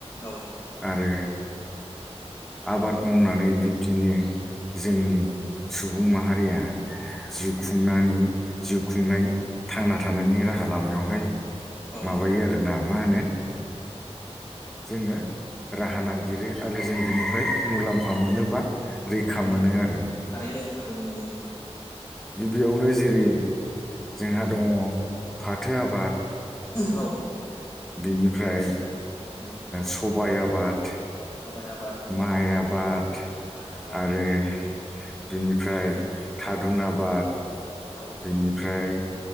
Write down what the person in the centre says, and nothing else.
आरो आबाद मावनानै बिब्दिनो जोंनि सुबुं माहारिया जिउ खुंनानै जिउ खुंनाय
थांना थानायनि राहा लामायावहाय
माबायो आरोना मा होनो जोङो राहा नागिरो आरो जों बिनिफ्राय
मुलाम्फा मुफा मोनोबा रैखा
मोनो आरो ना
गिबियावनो जेरै जोंहा दङ फाथो आबाद
बिनिफ्राय
सबाइ आबाद
माइ आबाद
आरो बिनिफ्राय थारुन आबाद
बिनिफ्राय